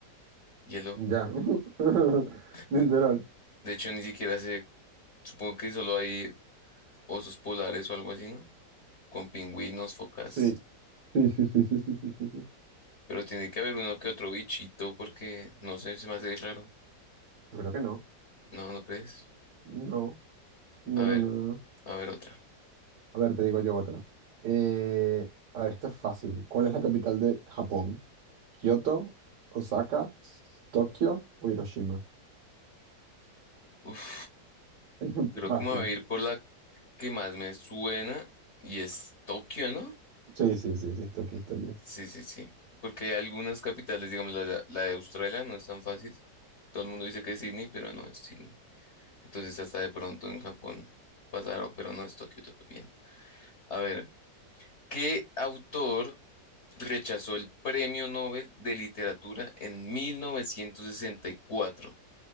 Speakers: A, on the left (about 45°); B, on the right (about 80°).
A: Hielo.
B: Ya. <laughs>
A: De
B: Literal.
A: de hecho, ni siquiera sé Supongo que solo hay osos polares o algo así, ¿no? Con pingüinos, focas.
B: Sí. Sí, sí, sí, sí, sí, sí, sí. sí.
A: Pero tiene que haber uno que otro bichito porque no sé, se me hace raro.
B: Yo creo que no.
A: No, ¿no crees?
B: No. No,
A: A ver,
B: no, no, no.
A: a ver otra.
B: A ver, te digo yo otra. Eh, a ver, esta es fácil. ¿Cuál es la capital de Japón? ¿Kioto, Osaka, Tokio o Hiroshima?
A: Uf,
B: <laughs>
A: creo
B: Fácil.
A: que me voy a ir por la que más me suena y es Tokio, ¿no?
B: Sí, sí, sí, sí, es Tokio, es Tokio.
A: Sí, sí, sí. Porque hay algunas capitales, digamos, la de, la de Australia no es tan fácil. Todo el mundo dice que es Sydney, pero no es Sydney. Entonces hasta de pronto en Japón pasaron, pero no es Tokio, Tokio bien. A ver. ¿Qué autor rechazó el Premio Nobel de Literatura en 1964?